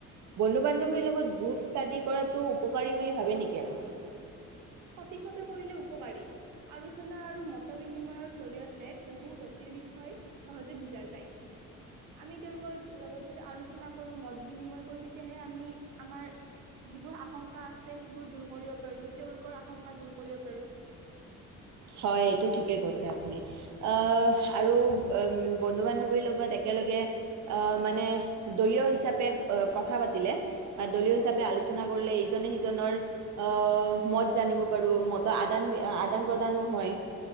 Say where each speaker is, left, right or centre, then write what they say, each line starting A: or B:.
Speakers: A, on the right; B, on the right.
A: বন্ধু বান্ধৱীৰ লগত গ্ৰুপ ষ্টাডি কৰাটো উপকাৰী বুলি ভাবে নেকি আপুনি
B: সঠিকভাৱে কৰিলে উপকাৰী আলোচনা আৰু মত বিনিময়ৰ জৰিয়তে বহু জটিল বিষয়ে সহজে বুজা যায় আমি তেওঁলোকৰ লগত যদি আলোচনা কৰো মত বিনিময় কৰো তেতিয়াহে আমি আমাৰ যিবোৰ আশংকা আছে সেইবোৰ দূৰ কৰিব পাৰো তেওঁলোক। আশংকা দূৰ কৰিব পাৰোঁ।
A: হয় এইটো ঠিকে কৈছে আপুনি আহ আৰু উ বন্ধু বান্ধৱীৰ লগত একেলগে আহ মানে দলীয় হিচাপে কথা পাতিলে বা দলীয় হিচাপে আলোচনা কৰিলে ইজনে সিজনৰ আহ মত জানিব পাৰো মতৰ আদান আদান প্ৰদান । হয়